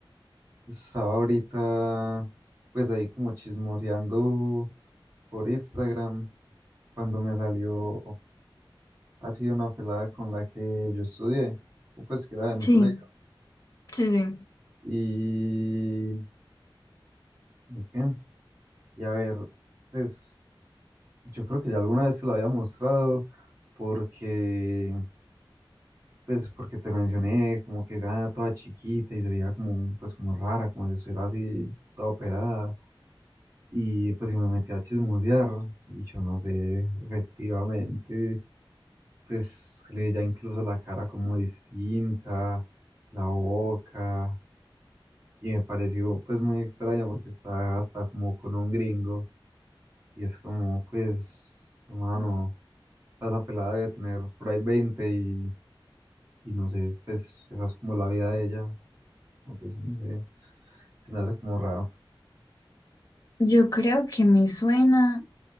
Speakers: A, on the right (about 30°); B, on the left (about 40°).
A: Estaba ahorita, pues ahí como chismoseando por Instagram, cuando me salió así una pelada con la que yo estudié, o pues que era de mi
B: Sí,
A: colegio.
B: sí, sí.
A: Y, ¿y qué? Y a ver, pues. Yo creo que ya alguna vez te la había mostrado porque, pues, porque te mencioné como que era toda chiquita y se veía como, pues, como rara, como si estuviera así toda operada. Y pues, si me metí a chismosear y yo no sé, efectivamente, pues, se le veía incluso la cara como distinta, la boca. Y me pareció, pues, muy extraño porque está hasta como con un gringo y es como, pues, humano. sea, esa pelada debe tener por ahí 20 y, y no sé, pues esa es como la vida de ella. Entonces se me hace, se me hace como raro.
B: Yo creo que me suena.